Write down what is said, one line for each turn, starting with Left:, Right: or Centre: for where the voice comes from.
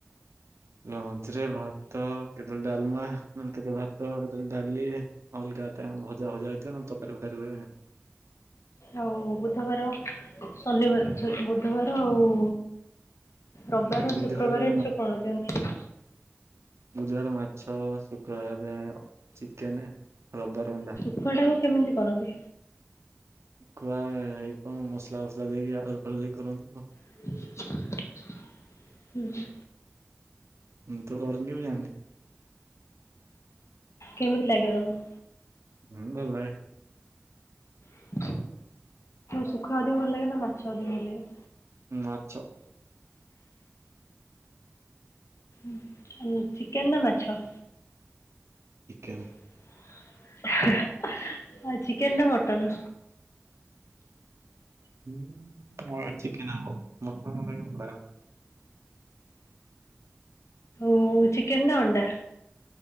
Right: ଲଞ୍ଚ ରେ ଭାତ କେତେବେଳେ ଡାଲମା। ନହେଲେ <unintelligible> ଭାତ <unintelligible> ଡାଲି ଅଲଗା ଟା ଭଜା ଭଜା ହେଇଥୀବେ ନହେଲେ ତରକାରୀ ଫକାରୀ ହୁଏ।
Left: ଆଉ ବୁଧବାର <unintelligible> ବୁଧବାର ଆଉ। ରବିବାର
Right: ବୁଧବାରେ
Left: ଶୁକ୍ରବାର ଏଥିରୁ କଣ ଦିଅନ୍ତି?
Right: ଗୁଧବାର ମାଛ, ଶୁକ୍ରବାର ଚିକେନ, ରବାର ଅଣ୍ଡା।
Left: <unintelligible> କେମିତି କରନ୍ତି?
Right: ଖୁଆ ହେଇ କଣ ମସଲା ଫସଲା ଦେଇକି ଆଳୁ ଫାଳୁ ଦେଇ କରନ୍ତିୁ ଆଉ।
Left: <inaudible> ହୁଁ।
Right: ମୁଁ ତ କରିନି ମୁ ଜାଣି।
Left: କେମିତି ଲାଗେ ତାମକୁ?
Right: ହୁଁ ଭଲ ଲାଗେ।
Left: <unintelligible> ଶୁଖାଆ ଅଧିକ ଭଲ ଲାଗେ ନା ମାଛ ଆଧିକ ଭଲ ଲାଗେ?
Right: ଉଁ ମାଛ।
Left: <unintelligible> ଚିକେନ ନା ମାଛ?
Right: ଚିକେନ।
Left: <unintelligible> ଚିକେନ ନା ମଟନ୍?
Right: <unintelligible> ହୁଁ ଚିକେନ ଆଉ <unintelligible>
Left: ଓ ଚିକନ ନା ଅଣ୍ଡା?